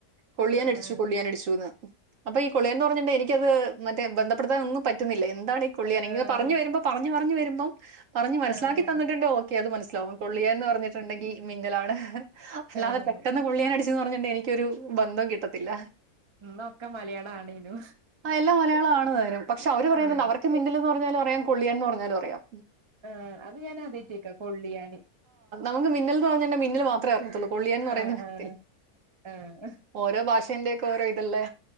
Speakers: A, on the right; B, on the right.
A: കൊള്ളിയാൻ
B: ആഹ്
A: അടിച്ചു കൊള്ളിയാൻ അടിച്ചുന്ന് അപ്പൊ ഈ കുളിയന്ന് പറഞ്ഞിട്ടണ്ട് എനിക്കത് മറ്റേ ബന്ധപ്പെടുത്താൻ ഒന്നും പറ്റുന്നില്ല എന്താണ് കൊള്ളിയൻ
B: ആഹ്
A: പറഞ്ഞ് വരുമ്പോ പറഞ്ഞ്പറഞ്ഞ് എന്ന പറഞ്ഞു മനസ്സിലാക്കി
B: ആഹ്
A: തന്നിട്ട ഓക്കെ അത് മനസ്സിലാവും കൊള്ളിയന്ന് പറഞ്ഞിട്ടുണ്ടെങ്കി മിന്നലാണ് അല്ലാതെ
B: ആഹ്
A: പെട്ടന്ന് പൊള്ളിയാൻ അടിച്ചുെന്ന് പറഞ്ഞിട്ടണ്ടയി എനിക്കൊരു ബന്ധം കിട്ടത്തില്ലാ
B: ഇന്നൊക്കെ മലയാളാണേനു
A: എല്ലാം മലയാളമാണ് പക്ഷേ അവര് പറയുന്നുണ്ട്
B: ആഹ്
A: <unintelligible> പറഞ്ഞാല അറിയാം കുള്ളിയാന്ന് പറഞ്ഞാലും അറിയാം
B: ആ അ ഇത് ഞാൻ ആദ്യമായിട്ട് കേൾക്കുക കൊള്ളിയാൻ
A: നമക്ക് മിന്നിൽന്ന് പറഞ്ഞാൽ മന്നിൽ മാത്രേ അറിയത്തുള്ളൂ കൊള്ളിയന്ന് പറയുന്ന
B: ആഹ് ആഹ് ആഹ്
A: ഓരോ ഭാവഷന്റെ കോരോ ഇതല്ലേ